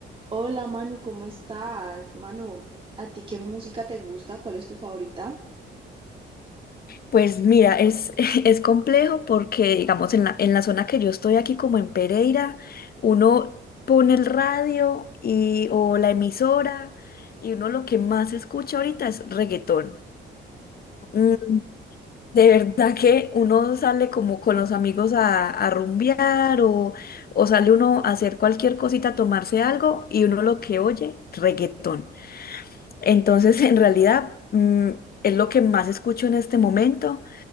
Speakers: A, on the right (about 25°); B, on the left (about 50°).
A: Hola Manu, ¿cómo estás? Manu, ¿a ti qué música te gusta? ¿Cuál es tu favorita?
B: Pues mira, es, <laughs> es complejo porque, digamos, en la, en la zona que yo estoy aquí, como en Pereira, uno pone el radio y, o la emisora y uno lo que más escucha ahorita es reggaetón. Mm, De verdad que uno sale como con los amigos a, a rumbear o, o sale uno a hacer cualquier cosita, a tomarse algo y uno lo que oye, reggaetón. Entonces, <laughs> en realidad, mm, es lo que más escucho en este momento